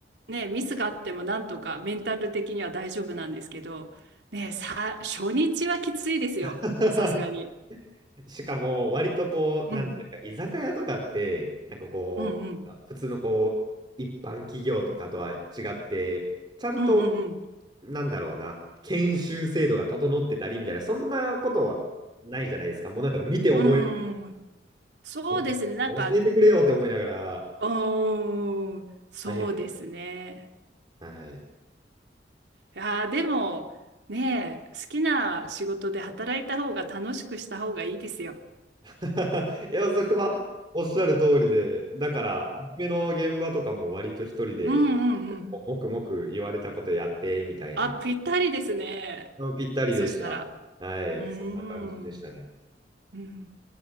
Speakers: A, on the right (about 80°); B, on the right (about 25°).
A: ねえ、ミスがあってもなんとかメンタル的には大丈夫なんですけど、ねえ、さ、初日はきついですよ。
B: <laughs>
A: さすがに。
B: しかも、割とこう、
A: うん、
B: なんというか、居酒屋とかって、なんかこう、
A: うん、うん、
B: 普通のこう、一般企業とかとは違って、ちゃんと、
A: うん、うん、うん。
B: なんだろうな、研修制度が整ってたりみたいな、そんなことはないじゃないですか。もうなんか見て覚える。
A: うん、うんそうですね。
B: いや教えてくれよって思いながら、
A: なんか、うーん、そうですね。
B: 大変。はい。
A: いやーでも、ねえ、好きな仕事で働いた方が楽しくした方がいいですよ。
B: <laughs> いや、それはおっしゃる通りで、だから、アニメの現場とかも割と一人で、
A: うんうんうん。
B: もくもく言われたことやって、みたいな、
A: あ、ぴったりですね。
B: ぴったりでした。
A: そしたら。
B: はい、
A: うーん。
B: そんな感じでしたね。
A: うん